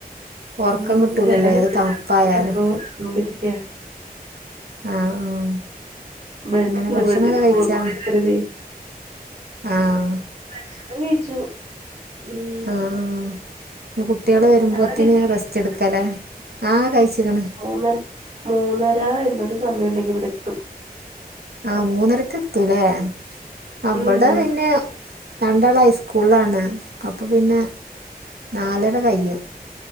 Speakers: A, on the right (about 85°); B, on the right (about 50°).
A: ഉറക്കം
B: ഉം
A: കിട്ടൂലല്ലോ
B: ജനല്
A: ഏത്
B: പിടിച്ച്
A: തണുപ്പായാലും
B: അങ്ങോട്ടും ഇങ്ങോട്ടും നടന്നോണ്ടിരിക്ക
A: ആഹ് ആഹ്
B: ബെഡ്ണ്ട്
A: ഇങ്ങനെ ഭക്ഷണൊക്കെ
B: ബെഡിന്റെ
A: കഴിച്ചാ
B: മോളിൽ കൂടെ കേറ്ണേ
A: ആഹ്
B: ഭക്ഷണം കഴിച്ചു ഉം
A: ആഹ് ഇഞ്ഞ് കുട്ട്യാള് വരുമ്പോത്തിന്
B: അവിടെ കഴിച്ചില്ലേ
A: ഞൻ റെസ്റ്റ് എടുക്കല്ലേ ആഹ് കഴിച്ച്ക്ണ്
B: <unintelligible> മൂന്നര എന്നൊരു സമയം ഉണ്ടെങ്കിൽ ഇവിടെ എത്തും
A: ആഹ് മൂന്നരക്കെത്തുംല്ലേ ആ
B: ഉം
A: ഇവടെ പിന്നെ രണ്ടാൾ ഹൈസ്കൂളാണ് അപ്പൊ പിന്നെ നാലര കയ്യും